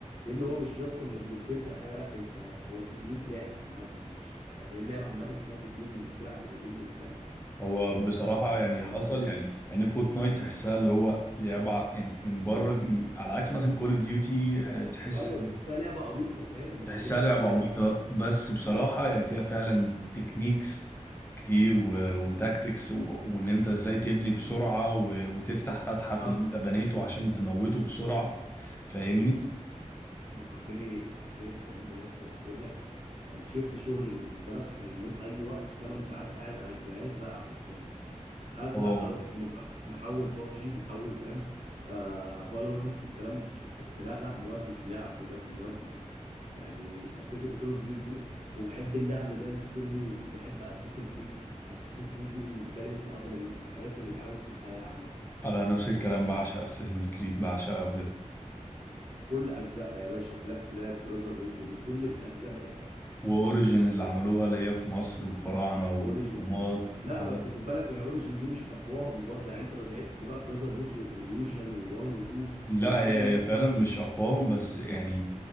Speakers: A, on the right; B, on the left.
A: لان هو مش جاست انك بتبيلد حاجة لا انت هو تكنيك لعب عامة مش يعني هي اللعبة عامة فيها تكنيك انك تلعب وتبني وفاهم
B: هو بصراحة
A: ما تبقاش حافظ
B: يعني
A: برضه
B: حصل يعني ان فورتنايت تحسها اللي هو لعبة يعني من بره م- على عكس مثلا كول اوف ديوتي تحس
A: ايوه تحسها لعبة عبيطة فاهم بس
B: تحسها
A: لا
B: لعبة
A: هي
B: عبيطة بس بصراحة هي فيها فعلا تكنيكس كتير و... وتاكتكس و... وان انت ازاي تبني بسرعة و... وتفتح فتحة في
A: لو
B: اللي انت بنيته عشان تموته بسرعة فاهمني؟
A: فكرتني إيه؟ فكرتني بأيام بجد يعني بقول لك كان شيفت شغل بالنسبة لي أصحى من النوم أي وقت 8 ساعات قاعد على الجهاز بلعب فورتنايت أزهق
B: اه
A: أروح مج- محول بابجي محول فاهم آه فالورانت الكلام كنت لا لا مودي في اللعب بجد مودي يعني أفتكر كول أوف ديوتي وبحب اللعب اللي هي الستوري مود بحب أساسن كريد أساسن كريد دي بالنسبة لي من أعظم الحاجات اللي اتعملت في الحياة عامة
B: انا نفس الكلام بعشق اساسنز كريد بعشقها بجد
A: كل أجزائها يا باشا بلاك فلاج براذر هود ريفل كل الأجزاء لعبتها
B: واوريجن اللي عملوها اللي هي في مصر وفراعنة واهرامات
A: اوريجن لا
B: اه
A: بس خد بالك هي اوريجن دي مش اقواهم برضه يعني انت لو لعبت بقى براذر هود وريفوليوشن و1 و2
B: لا
A: الاجزاء
B: هي
A: اللي هي
B: هي
A: بتاع
B: فعلا مش اقوام بس يعني